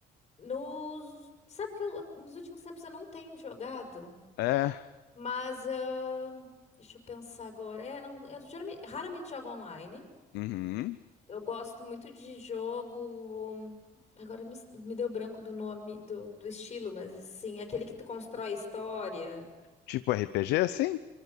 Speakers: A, on the left; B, on the left.
A: Nos, sabe que eu- nos últimos tempos eu não tenho jogado,
B: É,
A: mas ah, deixa eu pensar agora. É, não- eu geralmente- raramente jogo online.
B: uhum.
A: Eu gosto muito de jogo. Agora me, me deu branco do nome do, do estilo, mas assim, aquele que tu constrói história.
B: Tipo RPG, assim?